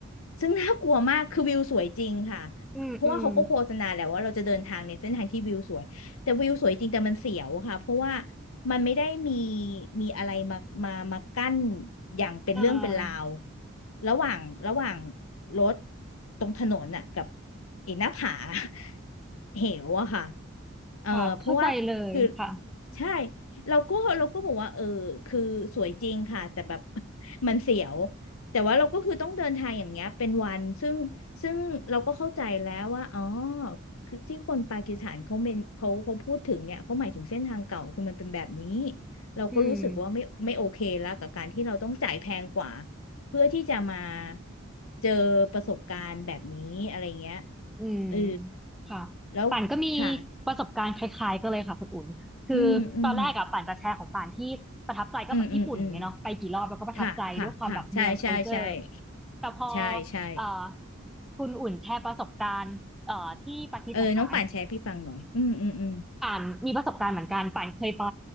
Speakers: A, on the left; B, in the centre.
A: ซึ่งน่ากลัวมากคือวิวสวยจริงค่ะ
B: อืมอืม
A: เพราะว่าเขาก็โฆษณาแหละว่าเราจะเดินทางในเส้นทางที่วิวสวย แต่วิวสวยจริงแต่มันเสียวค่ะเพราะว่ามันไม่ได้มีมีอะไรมามามากั้นอย่างเป็นเรื่องเป็นราว
B: อ่า
A: ระหว่างระหว่างรถตรงถนนน่ะกับไอ้หน้าผา <laughs> เหวอะค่ะเออเพราะว่าคือ
B: ค่ะเข้าใจเลยค่ะ
A: ใช่เราก็เราก็บอกว่าเออคือสวยจริงค่ะแต่แบบ <laughs> มันเสียวแต่ว่าเราก็คือต้องเดินทางอย่างเงี้ยเป็นวันซึ่งซึ่งเราก็เข้าใจแล้วว่าอ๋อ คือที่คนปากีสถานเขาเมนเขาเขาพูดถึงเนี่ยเขาหมายถึงเส้นทางเก่าคือมันเป็นแบบนี้เราก็รู้สึกว่าไม่ไม่โอเคแล้วกับการที่เราต้องจ่ายแพงกว่า
B: อืม
A: เพื่อที่จะมาเจอประสบการณ์แบบนี้อะไรเงี้ย
B: อืม
A: เออ
B: ค่ะ
A: แล้วค่ะ
B: ป่านก็มีประสบการณ์คล้ายๆก็เลยค่ะคุณอุ่นคือตอนแรกอะป่านจะแชร์ของป่านที่ประทับใจก็แบบญี่ปุ่นไงเนาะไปกี่รอบแล้วก็ประทับใจด้วยความแบบเมือง
A: อืมอืมอืมอืมอืมค่ะค่ะค่ะใช่ใช่ใช่
B: culture แต่พอ
A: ใช่ใช่
B: เอ่อคุณอุ่นแชร์ประสบการณ์เอ่อที่ปากีสถาน
A: เออน้องป่านแชร์ให้พี่ฟังหน่อยอืมอืมอืม
B: ป่านมีประสบการณ์เหมือนกันป่านเคยไป